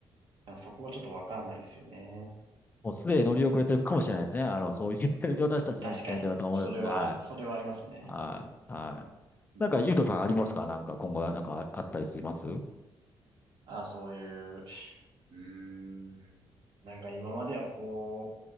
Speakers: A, on the right; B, on the left.
A: なんかそこはちょっとわかんないですよね。
B: もうすでに乗り遅れてるかもしれないですね。あの、そう言ってる私たちの時点ではと思うので、
A: 確かに。それは、
B: は
A: それはありますね。
B: い。はい。はい。
A: うんうん
B: なんか、ゆうとさんありますかなんか、今後はなんかああったりしますう
A: あ、そういう、うーん。なんか今まではこ